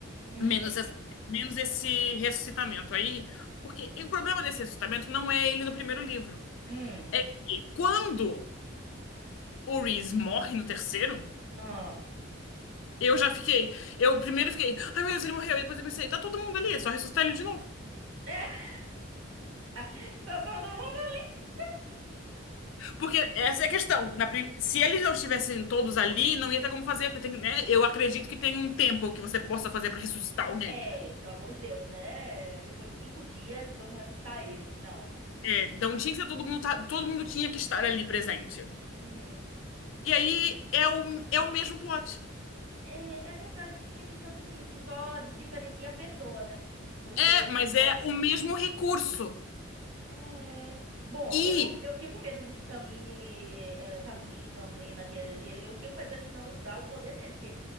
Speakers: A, on the right; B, on the left.
A: hum,
B: Menos, essa- menos esse ressuscitamento aí. Porque e o problema desse ressuscitamento não é ele no primeiro livro.
A: hum,
B: É que quando o Reese morre no terceiro,
A: ah.
B: eu já fiquei. Eu primeiro fiquei, ai meu Deus, ele morreu. E depois eu pensei, tá todo mundo ali, é só ressuscitar ele de novo.
A: <laughs> É, tá todo mundo ali.
B: Porque essa é a questão. Na prim- se eles não estivessem todos ali, não ia ter como fazer. Porque tem, né, eu acredito que tem um tempo que você possa fazer pra ressuscitar alguém.
A: É, pelo amor de Deus, né? Depois de cinco dias, vamos ressuscitar ele. Não.
B: É, então tinha que ser todo mundo, tá- todo mundo tinha que estar ali presente.
A: Uhum.
B: E aí é o, é o mesmo plot.
A: É, é verdade, eu não tinha pensado nisso. Só diferencia a pessoa, né? Porque.
B: É, mas é o mesmo recurso.
A: É... Bom,
B: E
A: eu, eu fiquei com medo de Tamini, é, Tamlin, Tamlin, naquele. Ele, eu fiquei com medo dele não dar o poder dele, porque,